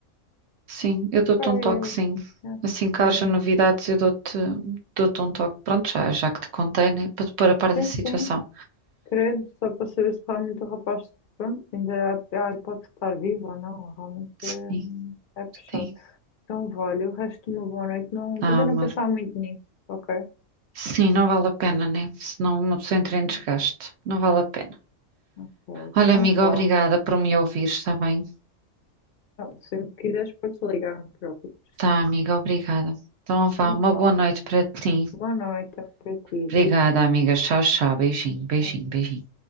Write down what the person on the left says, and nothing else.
Pá,
é,
é,
olha,
sim,
sim, credo, só para saber se realmente o rapaz, pronto, ainda há, há hipótese de estar vivo ou não, realmente
é, é puxado.
Então, vale, o resto de uma boa noite, não,
tenta
não pensar muito nisso, ok?
Uhum.
Ok,
então
vá.
Então, sempre que quiseres, podes ligar, não te preocupes.
Então,
vá.
Boa noite também para ti,
beijinho.
Tchau.